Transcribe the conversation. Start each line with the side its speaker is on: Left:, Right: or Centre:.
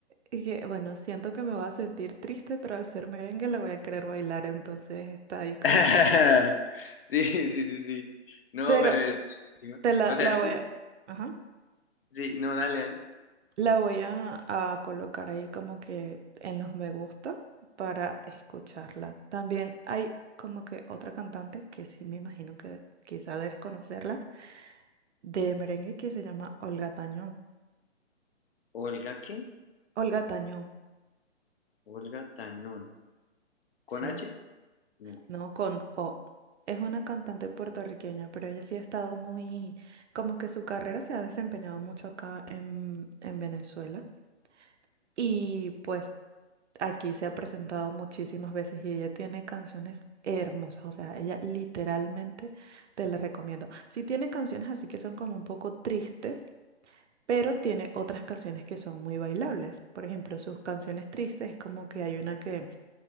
Right: y que, bueno, siento que me va a sentir triste, pero al ser merengue la voy a querer bailar, entonces está ahí como
Left: <laughs>
Right: que...
Left: Sí, sí, sí, sí. No,
Right: Pero
Left: pero
Right: t-
Left: es... buenísimo.
Right: te la,
Left: O sea,
Right: la
Left: es...
Right: voy a... Ajá.
Left: Sí, no, dale, dale.
Right: La voy a, a colocar ahí como que en los me gusta para escucharla. También hay como que otra cantante que sí me imagino que quizá debes conocerla, de merengue que se llama Olga Tañón.
Left: Olga, ¿qué?
Right: Olga Tañón,
Left: Olga Tañón. ¿Con
Right: sí,
Left: H? No,
Right: no con O. Es una cantante puertorriqueña, pero ella sí ha estado muy, como que su carrera se ha desempeñado mucho acá en, en Venezuela. Y pues aquí se ha presentado muchísimas veces y ella tiene canciones hermosas, o sea, ella literalmente te la recomiendo. Sí tiene canciones así que son como un poco tristes, pero tiene otras canciones que son muy bailables. Por ejemplo, sus canciones tristes es como que hay una que,